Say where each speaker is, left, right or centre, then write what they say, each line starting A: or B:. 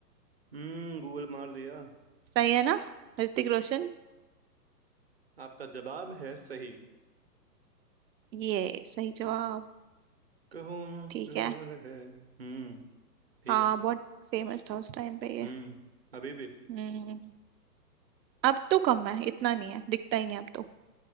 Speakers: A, on the right; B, on the right.
A: हम्म गूगल मार दिया
B: सही है ना ऋतिक रोशन
A: आपका जवाब है सही
B: ये सही जवाब
A: कहो ना
B: ठीक
A: प्यार
B: है
A: है हम्म ठीक
B: हाँ
A: है
B: बहुत फेमस था उस टाइम पे ये
A: हम्म अभी भी
B: हम्म अब तो कम है इतना नहीं है दिखता ही नहीं अब तो